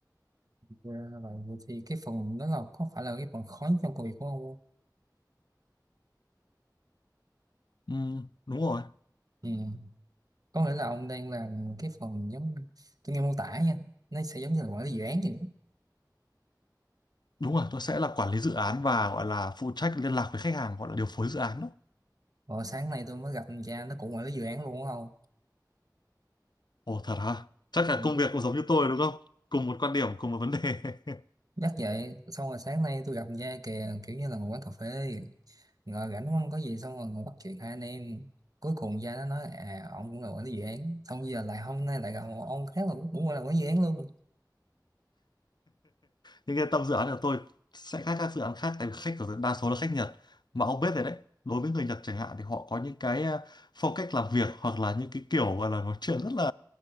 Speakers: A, on the right; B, on the left.
A: Ra là Vậy Vậy thì cái phần đó là có phải là cái phần khó nhất trong công việc của ông không?
B: Ừ, đúng rồi
A: Ừ. Có nghĩa là ông đang làm cái phần giống tôi nghe mô tả nha. Nó sẽ giống như là quản lý dự án vậy.
B: đúng rồi tôi sẽ là quản lý dự án và gọi là phụ trách liên lạc với khách hàng gọi là điều phối dự án đó
A: Rồi sáng nay tôi mới gặp thằng cha nó cũng quản lý dự án luôn đúng không?
B: ồ thật hả chắc là
A: Ừ,
B: công
A: đúng
B: việc cũng
A: rồi.
B: giống như tôi đúng không cùng một quan điểm cùng một vấn đề <laughs>
A: Nhắc vậy, xong rồi sáng nay tôi gặp thằng cha kìa kiểu như là một quán cà phê. ngồi rảnh không có gì xong rồi ngồi bắt chuyện hai anh em cuối cùng gia nó nói à ông cũng là quản lý dự án xong giờ lại hôm nay lại gặp một ông khác là cũng là quản lý dự án luôn
B: nhưng cái tâm dự án của tôi sẽ khác các dự án khác tại vì khách của tôi đa số là khách Nhật mà ông biết rồi đấy đối với người Nhật chẳng hạn thì họ có những cái ờ, phong cách làm việc hoặc là những cái kiểu gọi là nói chuyện rất là